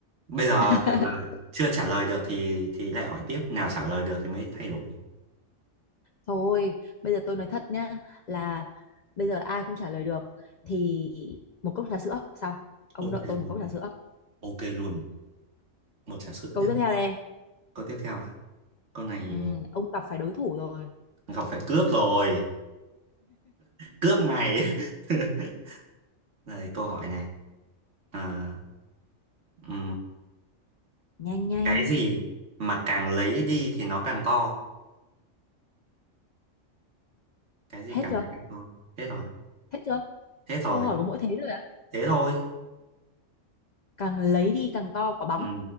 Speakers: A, on the right; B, on the left.
A: Bây giờ
B: <laughs>
A: kiểu là chưa trả lời được thì thì lại hỏi tiếp, nào trả lời được thì mới thay đổi.
B: thôi bây giờ tôi nói thật nhá là bây giờ ai không trả lời được thì một cốc trà sữa xong ông
A: Ok
B: nợ tôi
A: luôn,
B: một cốc trà sữa
A: ok luôn. Một trà sữa
B: câu
A: nhá.
B: tiếp theo đây em
A: Câu tiếp theo à? Câu này
B: ừ, ông gặp phải đối thủ rồi
A: gặp phải cướp rồi, cướp ngày. <laughs> Này câu hỏi này. À, ừ.
B: nhanh nhanh
A: cái gì mà càng lấy đi thì nó càng to cái gì
B: hết
A: càng
B: chưa
A: lấy càng to thế rồi
B: hết chưa
A: thế rồi
B: câu hỏi có mỗi thế thôi ạ
A: thế thôi
B: càng lấy đi càng to quả bóng
A: ừ